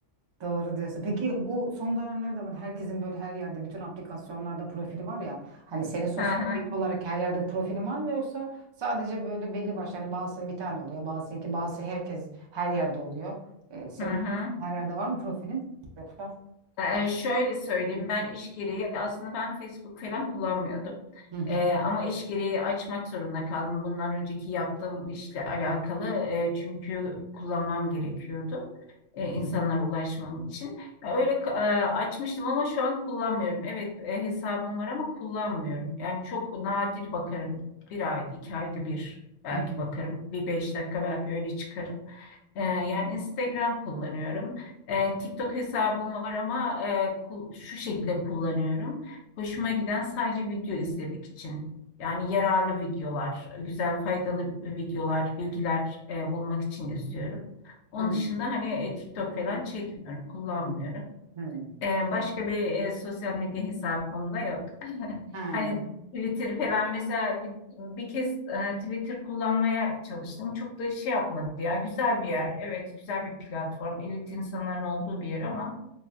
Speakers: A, on the right (about 40°); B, on the left (about 65°).
A: doğru diyorsun. Peki bu son dönemlerde var. Herkesin böyle her yerde bütün aplikasyonlarda profili var ya. Hani senin sosyal
B: Hı hı,
A: medya olarak her yerde profilin var mı yoksa sadece böyle belli başlı hani bazısının bir tane oluyor, bazısınınki bazısı herkes her yerde oluyor. E, senin
B: hı hı.
A: her yerde var mı profilin? Yoksa?
B: Ee, şöyle söyleyeyim ben iş gereği aslında ben Facebook falan kullanmıyordum.
A: Hı hı.
B: Ee, ama iş gereği açmak zorunda kaldım. Bundan önceki yaptığım işle alakalı e, çünkü kullanmam gerekiyordu. e, insanlara
A: Hı hı.
B: ulaşmam için. Ya Öyle e, açmıştım ama şu an kullanmıyorum. Evet e, hesabım var ama kullanmıyorum. Yani çok nadir bakarım. Bir ay, iki ayda bir belki
A: Hı hı.
B: bakarım. Bir beş dakika belki öyle çıkarım. Ee, yani Instagram kullanıyorum. Ee, TikTok hesabım var ama e, ku- şu şekilde kullanıyorum. Hoşuma giden sadece video izlemek için. Yani yararlı videolar, güzel faydalı videolar, bilgiler e, bulmak için izliyorum. Onun
A: Hı hı.
B: dışında hani e, TikTok falan çekmiyorum, kullanmıyorum.
A: Hı
B: Ee,
A: hı.
B: başka bir e, sosyal medya hesabım da yok. <laughs>
A: Ha.
B: Hani Twitter falan mesela bir, bir kez e, Twitter kullanmaya çalıştım. Çok da şey yapmadı ya. Güzel bir yer. Evet, güzel bir platform. Elit insanların olduğu bir yer ama